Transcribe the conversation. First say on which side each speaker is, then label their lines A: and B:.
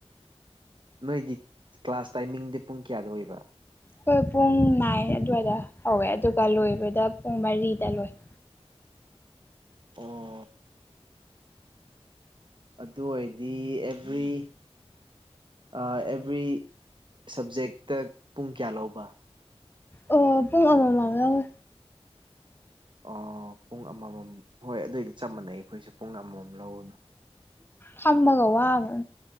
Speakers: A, on the right (about 45°); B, on the left (about 20°).
A: ꯅꯣꯏꯒꯤ ꯀ꯭ꯂꯥꯁ ꯇꯥꯏꯃꯤꯡꯗꯤ ꯄꯨꯡ ꯀꯇꯌꯥꯗ ꯑꯣꯏꯕꯥ꯫
B: ꯈꯣꯏ ꯄꯨꯡ ꯅꯥꯏꯟ ꯑꯗꯨꯋꯥꯏꯗ ꯍꯧꯋꯦ ꯑꯗꯨꯒ ꯂꯣꯏꯕꯗ ꯄꯨꯡ ꯃꯔꯤꯗ ꯂꯣꯏꯕ꯫
A: ꯑꯣ ꯑꯗꯣꯢꯗꯤ ꯑꯦꯚ꯭ꯔꯤ ꯑ ꯑꯦꯚ꯭ꯔꯤ ꯁꯞꯖꯦꯛꯇ ꯄꯨꯡ ꯀ꯭ꯌꯥ ꯂꯧꯕ?
B: ꯑꯣ ꯄꯨꯡ ꯑꯃꯃꯝ ꯂꯧꯋꯤ꯫
A: ꯑꯣ ꯄꯨꯡ ꯑꯃꯃꯝ ꯍꯣꯏ ꯑꯗꯨꯑꯣꯏꯗꯤ ꯆꯞ ꯃꯥꯟꯅꯩ ꯑꯩꯈꯣꯏꯁꯨ ꯄꯨꯡ ꯑꯃꯃꯝ꯫ ꯂꯧꯕꯗꯣ꯫
B: ꯐꯝꯃꯒ ꯋꯥꯕ